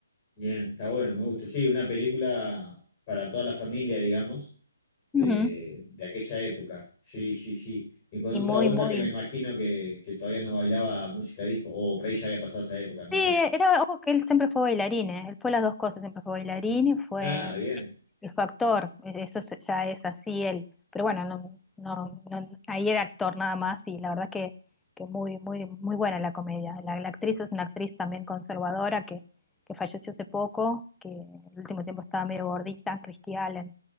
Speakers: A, on the left (about 25°); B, in the centre.
A: bien, está bueno, me gusta. Sí, una película para toda la familia, digamos, de,
B: Ujú.
A: de aquella época. Sí, sí, sí. Y con
B: Y
A: un
B: muy,
A: Travolta
B: muy...
A: que me imagino que, que todavía no bailaba música disco, o por ahí ya había pasado esa época, no
B: Sí,
A: sé.
B: era, ojo que él siempre fue bailarín, ¿eh? Él fue las dos cosas, siempre fue bailarín y fue,
A: Ah, bien.
B: y fue actor, e, eso es- ya es así él. Pero bueno, no, no, no- ahí era actor nada más y la verdad que, que muy, muy, muy buena la comedia. La, la actriz es una actriz también conservadora que, que falleció hace poco, que en el último tiempo estaba medio gordita, Christy Allen,